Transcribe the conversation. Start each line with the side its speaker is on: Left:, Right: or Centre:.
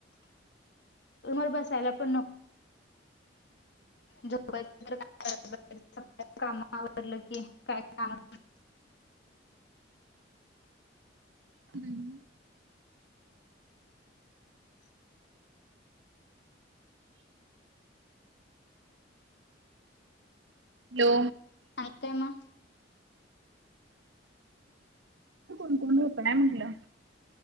Left: समोर बसायला पण नको. झोपून राहिले काम आवरलं की काय काम.
Right: हम्म. हॅलो.
Left: अ काय म.
Right: तिथं कोण कोण राहताय म्हटलं.